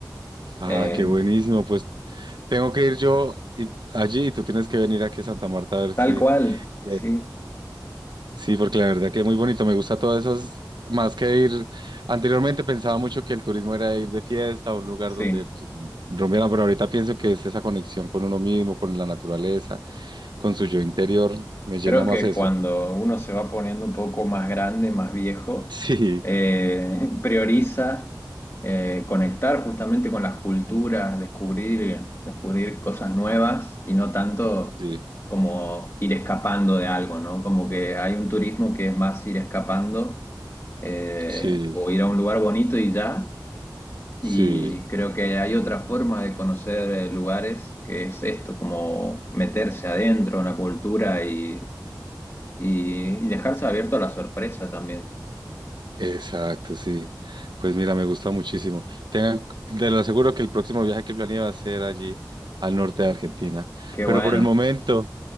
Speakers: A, on the right (about 75°); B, on the left (about 35°).
A: Ah,
B: Eh,
A: qué buenísimo. Pues tengo que ir yo y- allí y tú tienes que venir aquí a Santa Marta a ver
B: tal
A: si.
B: cual,
A: eh,
B: sí,
A: Sí, porque la verdad que es muy bonito, me gusta todas esas, más que ir, anteriormente pensaba mucho que el turismo era ir de fiesta a un lugar
B: sí.
A: donde pues, rompieran, pero ahorita pienso que es esa conexión con uno mismo, con la naturaleza, con su yo interior, me llena
B: Creo
A: más
B: que
A: eso.
B: cuando uno se va poniendo un poco más grande, más viejo,
A: <laughs>
B: eh, <laughs> prioriza eh, conectar justamente con las culturas, descubrir, descubrir cosas nuevas y no tanto
A: Sí, sí,
B: como ir escapando de algo, ¿no? Como que hay un turismo que es más ir escapando eh,
A: sí,
B: o ir a un lugar bonito y ya. Y
A: sí,
B: creo que hay otra forma de conocer eh, lugares, que es esto, como meterse adentro en la cultura y, y- y dejarse abierto a la sorpresa también.
A: exacto, sí. Pues mira, me gusta muchísimo. Tengan, te lo aseguro que el próximo viaje que planeé va a ser allí, al norte de Argentina,
B: Qué
A: pero
B: bueno.
A: por el momento...